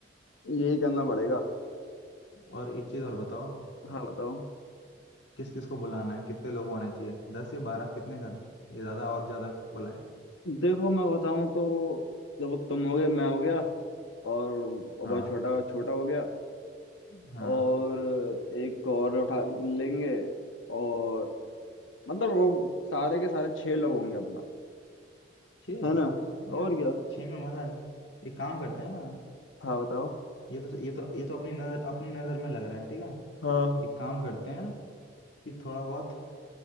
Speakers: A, on the left (about 80°); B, on the left (about 65°).
A: यही करना पड़ेगा
B: और एक चीज और बताओ
A: हाँ बताओ
B: किस किस को बुलाना है कितने लोग आने चाहिए दस या बारह कितने करना है? ये ज्यादा और ज्यादा बुलाएं
A: देखो मैं बताऊं तो देखो तुम हो गए मैं हो गया और अब
B: हाँ
A: छोटा छोटा हो गया
B: हाँ
A: और एक और उठा लेंगे और मतलब वो सारे के सारे छह लोग होंगे अपना
B: छः
A: है ना
B: यार
A: और क्या
B: छः में मजा नहीं एक काम करते हैं ना
A: हाँ बताओ
B: ये तो ये तो ये तो अपनी नजर अपनी नजर में लग रहा है ठीक है
A: हाँ
B: एक काम करते हैं कि थोड़ा बहुत